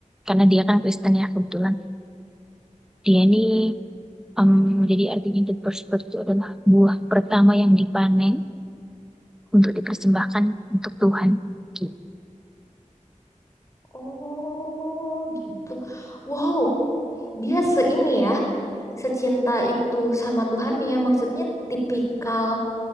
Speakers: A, in the centre; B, on the left (about 25°).
A: karena dia kan Kristen ya kebetulan. Dia ini em, jadi artinya the first fruit itu adalah buah pertama yang dipanen untuk dipersembahkan untuk Tuhan. Gitu.
B: oh gitu. Wow, dia seini ya, secinta itu sama Tuhan ya. Maksudnya tipikal